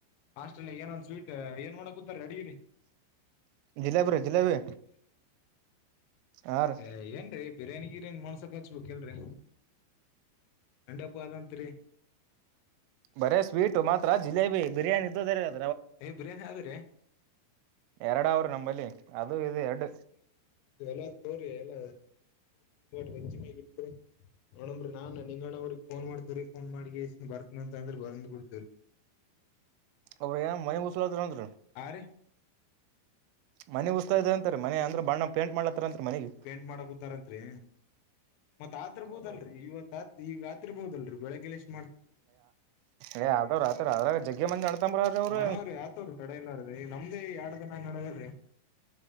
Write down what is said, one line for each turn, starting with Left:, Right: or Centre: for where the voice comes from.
Left: ಹಾಸ್ಟೆಲ್ ನ್ಯಾಗ ಏನನ ಸ್ವೀಟ್ ಏನ್ ಮಾಡ ಕುೂತಾರಿ ಅಡಿಗಿ ರಿ
Right: ಜಿಲೇಬಿ ರಿ ಜಿಲೇಬಿ ಹಾ ರೀ
Left: ಏ ಏನ್ ರಿ ಬಿರ್ಯಾನಿ ಗಿರ್ಯಾನಿ ಮಾಡ್ಸಕ್ ಹಚ್ಬೇಕೀಲ್ರ ಸೆಂಡಪ್ ಅದತ್ರಿ
Right: ಬರೇ ಸ್ವೀಟು ಮಾತ್ರ ಜಿಲೇಬಿ ಬಿರಿಯಾನಿ ಇದ್ದುದ್ದ ರಿ ಆದ್
Left: ಏ ಬಿರಿಯಾನಿ ಅದ್ರಿ
Right: ಎರಡ ಅವರು ನಂಬಲ್ಲಿ ಅದು ಇದು ಎರಡು
Left: ಎಲ್ಲ ತೋರಿ ಎಲ್ಲ ವಚ್ಚಿ <unintelligible> ಮ ಇರಿ ನೋಡಂಬ್ರಿ ನಾನ್ ನಿಂಗಣ್ಣ ಅವ್ರಗ್ ಫೋನ್ ಮಾಡ್ತೇವ್ರಿ ಫೋನ್ ಮಾಡಿ ಇಷ್ಟ ಬರ್ತನ ಅಂತ ಅಂದ್ರ ಬರ್ಂದ್ ಬಿಡ್ತೇವ್ರಿ
Right: <unintelligible>
Left: ಆ ರಿ
Right: ಮನಿ ಉಸ್ತಾದಂತ್ರಿ ಮನಿ ಅನ್ ಬಣ್ಣ ಪೇಂಟ್ ಮಾಡ್ಲತ್ತಂತರಿ ಮನಿಗ್
Left: ಪೇಂಟ್ ಮಾಡಕ್ ಕುಂತಾರಂತ್ರಿ ಮತ್ ಆತಿರ್ಬೇಕಲ್ರಿ ಇವತ್ತ್ ಈಗ ತಿರ್ಬೋದಲ್ ರಿ ಬೆಳಗ್ಗೆ ಲ್ಯಾಸಿ
Right: ಏ ಅದು ರಾತ್ರಿ ಆದ್ರಾಗ ಜಗ್ಗಿ ಮಂದಿ ಅಣತಂಬ್ರ್ರೀ ಅವ್ರ
Left: ಹಾ ರೀ ಆತವ್ರಿ ತಡ ಇಲ್ಲಾರ್ದ ಈ ನಮ್ದೇ ಎರಡು ದಿನ ನಡದಿಲ್ ರಿ